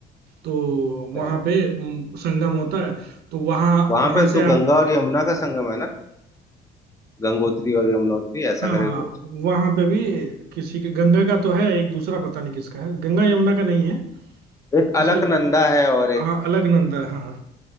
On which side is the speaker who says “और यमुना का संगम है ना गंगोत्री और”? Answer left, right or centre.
Left